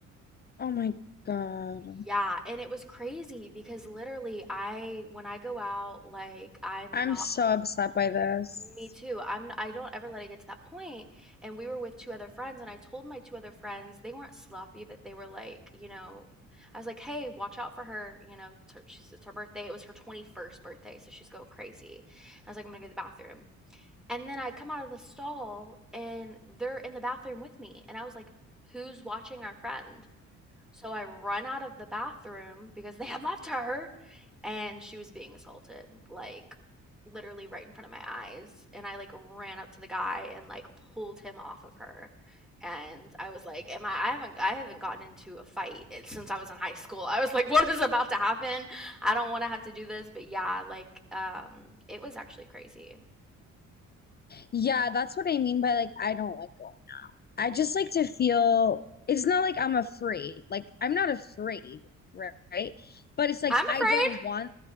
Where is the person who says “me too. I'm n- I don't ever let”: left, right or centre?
Centre